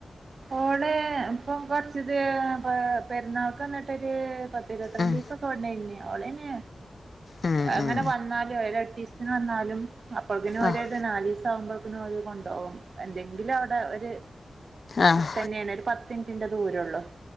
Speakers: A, on the right; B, on the left.
A: ഓള് ഇപ്പ കൊറച്ച് ഇത് പെരുന്നാൾക്ക്ന്നിട്ടൊര് പത്തി ഇരുപത്തിരണ്ടീസം
B: ഉം
A: ഓളന്നെ
B: ഉം
A: അങ്ങനെ
B: ഉം
A: വന്നാലുംരണ്ടീസത്തിന് വന്നാലും അപ്പോഴക്കിനും
B: ആഹ്
A: ഒരത് നാല് ദിവസ ആകുമ്പോഴക്കിനും ഓരു കൊണ്ടോവും എന്തെങ്കിലും അവിടെ ഒര്
B: ആഹ്
A: തന്നെയാണ് ഒരു പത്ത് മിനിറ്റിന്റെ ദൂരെള്ളൂ